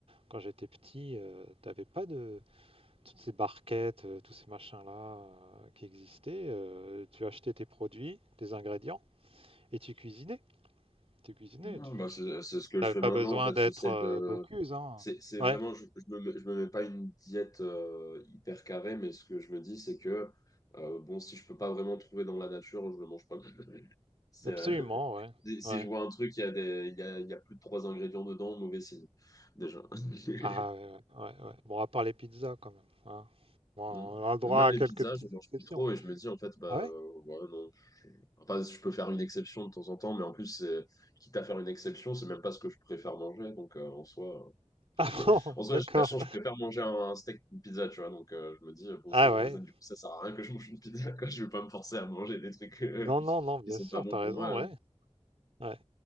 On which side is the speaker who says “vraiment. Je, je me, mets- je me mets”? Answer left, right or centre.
Left